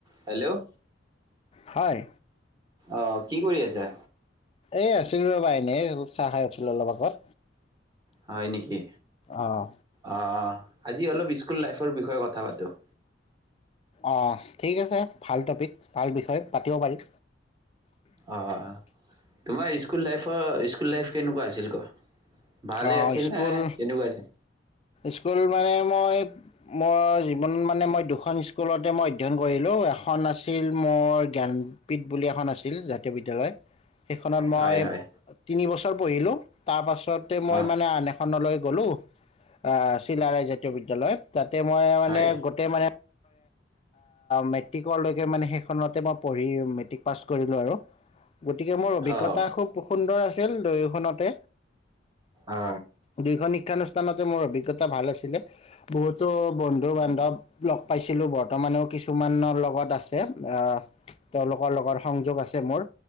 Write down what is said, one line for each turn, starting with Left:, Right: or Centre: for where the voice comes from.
Right: হেল্ল'?
Left: হয়
Right: অ' কি কৰি আছা?
Left: এই আছিলো ৰ'বা এনেই আৰু চাহ খাই উঠিলো অলপ আগত।
Right: হয় নেকি।
Left: অঁ
Right: অ' আজি অলপ স্কুল লাইফৰ বিষয়ে কথা পাত <unintelligible>
Left: অ' ঠিক আছে। ভাল টপিক, ভাল বিষয়, পাতিব পাৰিম।
Right: অ'! তোমাৰ স্কুল লাইফৰ স্কুল লাইফ কেনেকুৱা আছিল কোৱা? ভালেই
Left: অঁ
Right: আছিল
Left: স্কুল
Right: নে কেনেকুৱা আছিল?
Left: স্কুল মানে মই মোৰ জীৱন মানে, মই দুখন স্কুলতে মই অধ্যয়ন কৰিলোঁ, এখন আছিল মোৰ জ্ঞানপীঠ বুলি এখন আছিল জাতীয় বিদ্যালয়। সেইখনত মই
Right: হয় হয়
Left: তিনি বছৰ পঢ়িলো, তাৰ পাছতে মই
Right: অ
Left: মানে আন এখনলৈ গ'লো। অ' চিলাৰায়জাতীয় বিদ্যালয়ত। তাতে মই মানে,
Right: হয়
Left: গোতেই মানে মেট্ৰিকলৈকে মানে, সেইখনতে মই পঢ়ি মেট্ৰিক পাছ কৰিলোঁ আৰু। গতিকে, মোৰ অভিজ্ঞতা
Right: অ
Left: খুব সুন্দৰ আছিল দয়োখনতে।
Right: অ
Left: দুয়োখন শিক্ষানুষ্ঠানতে মোৰ অভিজ্ঞ তাতে ভাল আছিলে। বহুতো বন্ধু বান্ধৱ লগ পাইছিলোঁ। বৰ্তমানেও কিছুমানৰ লগত আছে, অ' তেওঁলোকৰ লগত সংযোগ আছে মোৰ।